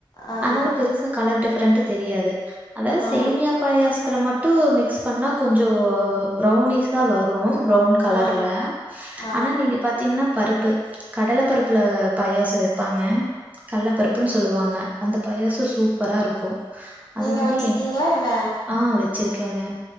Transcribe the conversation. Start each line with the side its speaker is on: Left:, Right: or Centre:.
Left: அ
Right: அதனால பெருசா கலர் டிஃபரெண்ட் தெரியாது அதாவது
Left: ம்
Right: சேமியா பாயாசத்துல ம ட்டு மிக்ஸ் பண்ணா கொஞ்சோ ப்ரௌனிஸா வரு ப்ரௌன் கலர்ல
Left: ம் ஆ
Right: ஆனா நீங்க பாத்தீங்கன்னா பருப்பு கடல பருப்புல பாயாசோ வெப்பாங்க கல்ல பருப்புன்னு சொல்லுவாங்க அந்த பாயசோ சூப்பரா இருக்கு அது
Left: நீங்க
Right: வந்து
Left: வச்சிருக்கீங்களா
Right: என்
Left: என்ன
Right: அ வெச்சிருக்கேங்க